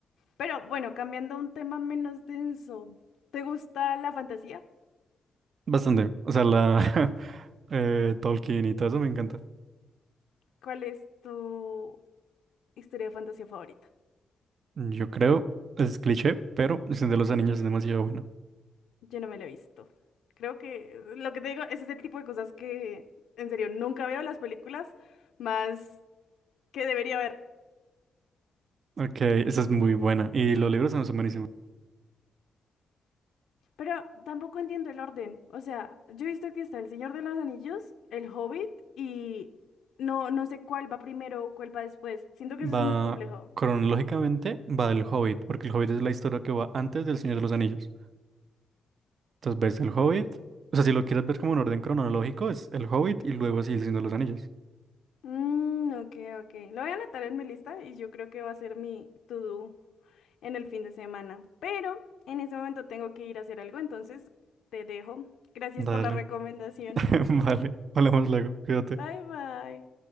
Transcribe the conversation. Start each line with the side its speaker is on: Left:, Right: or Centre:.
Left: Pero bueno, cambiando a un tema menos denso. ¿Te gusta la fantasía?
Right: Bastante. O sea, la <laughs> eh, Tolkien y todo eso me encanta.
Left: ¿Cuál es tu historia de fantasía favorita?
Right: Yo creo, es cliché, pero El Señor de los Anillos es demasiado bueno.
Left: Yo no me la he visto. Creo que lo que te digo es ese tipo de cosas que en serio nunca veo las películas más que debería ver.
Right: Ok, esa es muy buena. Y los libros son son buenísimos.
Left: Pero tampoco entiendo el orden. O sea, yo he visto que está El Señor de los Anillos, El Hobbit y no, no sé cuál va primero o cuál va después. Siento que eso
Right: Va,
Left: es muy complejo.
Right: cronológicamente va El Hobbit, porque El Hobbit es la historia que va antes del Señor de los Anillos. Entonces ves El Hobbit. O sea, si lo quieres ver como en orden cronológico, es El Hobbit y luego así El Señor de los Anillos.
Left: Mm, ok, ok. Lo voy a anotar en mi lista y yo creo que va a ser mi to-do en el fin de semana. Pero en ese momento tengo que ir a hacer algo, entonces te dejo. Gracias
Right: Dale.
Left: por la recomendación.
Right: <laughs> Vale. Hablamos luego. Cuídate.
Left: Bye bye.